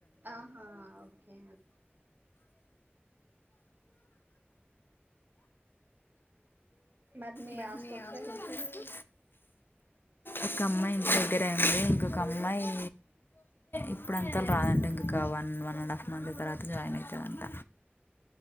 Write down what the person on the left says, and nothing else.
మర్ణ
అస్తప్పు ఒక అమ్మాయి ఇంట్ దగ్గరయింది ఇంకొక అమ్మాయి ఇప్పుడ అంతాలో రాదంటే ఇంకొక one one and half month తర్వాత జాయిన్ అవుతుందంట